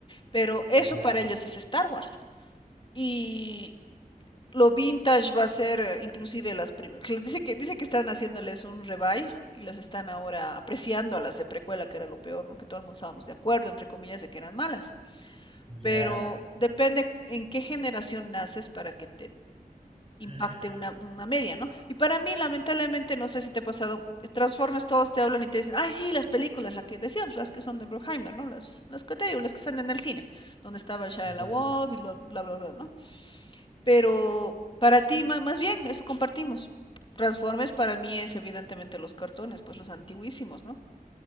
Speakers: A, on the left; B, on the right.
A: Pero eso
B: ya,
A: para ellos es Star Wars. Y lo vintage va a ser eh, inclusive las primeras. Dice que, dice que están haciéndoles un revive y las están ahora apreciando a las de precuela, que era lo peor, ¿no? Que todo el mundo estábamos de acuerdo, entre comillas, de que eran malas.
B: ya,
A: Pero depende en qué generación naces para que te impacte
B: ah,
A: una, una media, ¿no? Y para mí, lamentablemente, no sé si te ha pasado, Transformers todos te hablan y te dicen, ay, sí, las películas, las que decíamos, las que son de Bruckheimer, ¿no? Las, las que te digo, las que están en el cine, donde estaba el Shia
B: ya,
A: LaWoff y bla, bla, bla, bla, ¿no? Pero para ti, más bien, eso compartimos. Transformers para mí es evidentemente los cartones, pues los antiguísimos, ¿no?